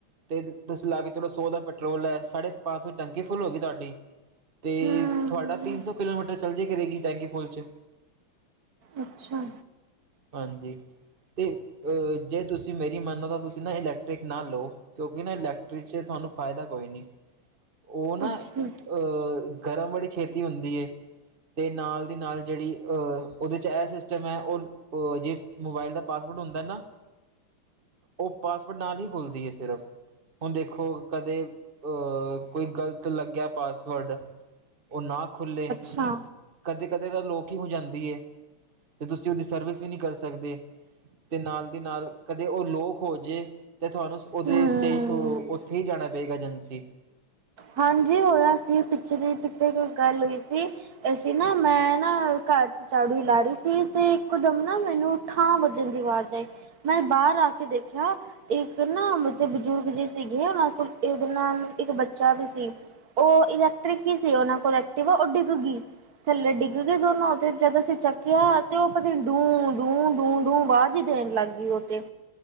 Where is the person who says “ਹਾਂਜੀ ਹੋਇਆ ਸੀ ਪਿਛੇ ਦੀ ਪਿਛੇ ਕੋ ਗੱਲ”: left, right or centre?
Right